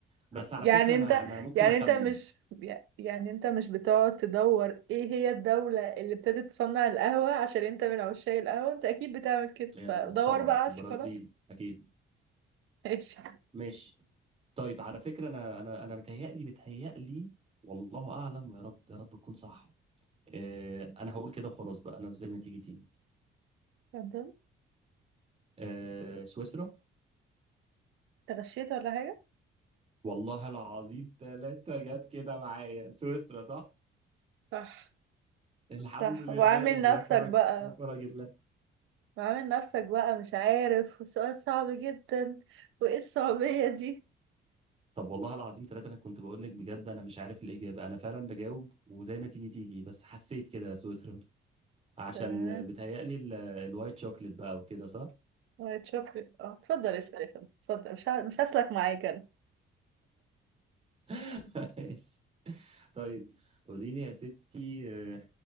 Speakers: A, on the right; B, on the right.
A: بس
B: يعني
A: على فكرة انا
B: انت
A: انا ممكن
B: يعني
A: اخمن
B: انت مش يعني انت مش بتقعد تدور ايه هي الدولة اللي ابتدت تصنع القهوة عشان انت من عشاق القهوة انت اكيد بتعمل كده
A: آه،
B: فدور
A: طبعا
B: بقى على
A: البرازيل
B: الشوكولاتة
A: اكيد
B: <laughs> ماشي
A: ماشي طيب على فكرة انا انا انا متهيألي متهيألي والله اعلم يا رب يا رب تكون صح آه، انا هقول كده وخلاص بقى انا زي ما تيجي تيجي
B: اتفضل.
A: آه، سويسرا
B: انت غشيت ولا حاجة؟
A: والله العظيم ثلاثة جت كده معايا سويسرا صح
B: صح
A: الحمد
B: صح
A: لله
B: وعامل
A: يا
B: نفسك
A: فرج
B: بقى
A: يا فرج الله
B: وعامل نفسك بقى مش عارف وسؤال صعب جدا وايه الصعوبية دي
A: طب والله العظيم ثلاثة أنا كنت بقول لك بجد أنا مش عارف الإجابة أنا فعلا بجاوب وزي ما تيجي تيجي بس حسيت كده يا سويسرا <laughs> عشان
B: تمام
A: بتهيألي ال- الوايت شوكليت بقى وكده صح؟
B: وايت شوكليت اه اتفضل اسأل يا فندم اتفضل مش ه... مش هسلك معاك انا
A: <laughs> ماشي طيب قولي لي يا ستي آه،